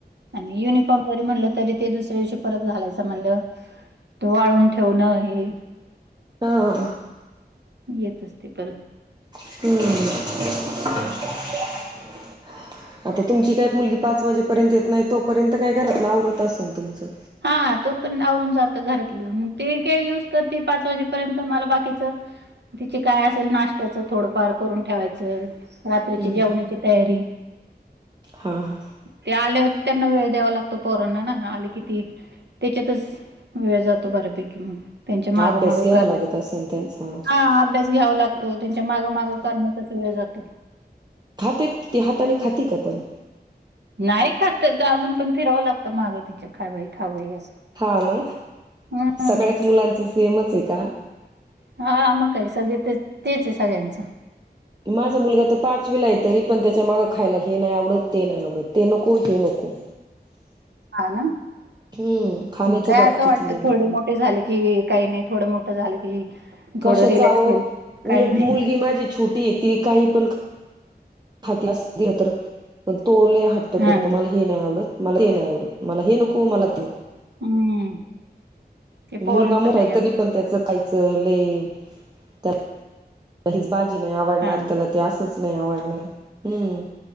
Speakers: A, on the right; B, on the right.
A: आणि युनिफॉर्म जरी म्हणलं तरी ते दुसऱ्या दिवशी परत घालायचं म्हणल्याव तो वाळवून ठेवणं हे
B: हा
A: येतच ते परत.
B: हम्. आता तुमची काय मुलगी पाच वाजेपर्यंत येत नाय तोपर्यंत काय घरातलं आवरत असल तुमचं?
A: हा तोपर्यंत आवरून जातं घरातलं मग ते एऊज तोर ती पाच वाजेपर्यंत मला बाकीच तिचे काय असल नाष्ट्याचं थोडंफार करून ठेवायचं. रात्रीची
B: हम्म हम्म
A: जेवणाची तयारी.
B: हा हा.
A: ते आले होते त्यांना वेळ द्यावा लागतो पोरोना ना आले कि ती त्याच्यातच वेळ जातो बऱ्यापैकी मग. त्यांच्या माग
B: हा अभ्यास
A: माग
B: घ्यावा
A: करण्यात
B: लागत असेल त्यांचा.
A: हा अभ्यास घ्यावा लागतो त्यांच्या माग माग करण्यातच वेळ जातो.
B: खातेत ती हातानी खाती का पण?
A: नाय खात त्याच्या अजून पण फिरावं लागतं माग तिच्या खा बाई खा बाई असं.
B: हा ना
A: हम्म
B: सगळ्याच मुलांच सेमच ए का?
A: हा मग काय सगळे ते- तेच ए सगळ्यांचं.
B: माझा मुलगा त पाचवीला हाय तरी पण त्याच्या माग खायला हे नाय आवडत ते नाय आवडत ते नको हे नको.
A: हा ना,
B: हम्म खाण्याच्या
A: काय
B: बाबतीतले
A: असं वाटत थोडे मोठ झालं की काही नाही, थोडं मोठं झालं की थोडं
B: कशाचा
A: रिलॅक्स
B: अहो,
A: होईल काही
B: उलट
A: नाही
B: मुलगी माझी छोटी आहे, ती काही पण <unintelligible> दिलास तर, खर तो लय हट्ट
A: हा
B: करतो मला हे नाही आवडत, मला हे नाही आवडत, मला हे नको, मला ते
A: हम्म! ते पोरांचं
B: मुलगा मोठा
A: लय
B: आहे,
A: असतं
B: तरी पण त्याचं खायचं लय त्याला हीच बाजी नाही आवडणार,
A: हा
B: त्याला ते असंच नाही आवडणार, हम्म!